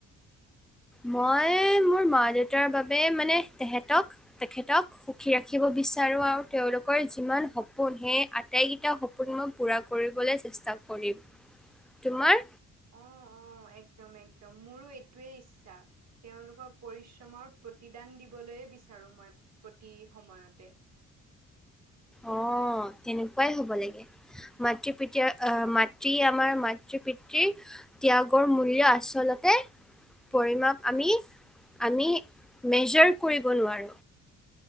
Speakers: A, in the centre; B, on the right.
A: মই মোৰ মা দেউতাৰ বাবে মানে তেহেতক, তেখেতক সুখী ৰাখিব বিচাৰো আৰু তেওঁলোকৰ যিমান সপোন, সেই আটাইকেইটা সপোন মই পুৰা কৰিবলৈ চেষ্টা কৰিম। তোমাৰ?
B: অ', অ', একদম-একদম, মোৰো এইটোৱেই ইচ্ছা। তেওঁলোকৰ পৰিশ্ৰমৰ প্ৰতিদান দিবলৈয়ে বিচাৰোঁ মই প্ৰতি সময়তে।
A: অ', তেনেকুৱাই হ'ব লাগে। মাতৃ পিত আহ মাতৃ আমাৰ মাত মাতৃ পিতৃ ত্যাগৰ মূল্য আচলতে পৰিমাপ আমি-আমি মেজাৰ কৰিব নোৱাৰোঁ।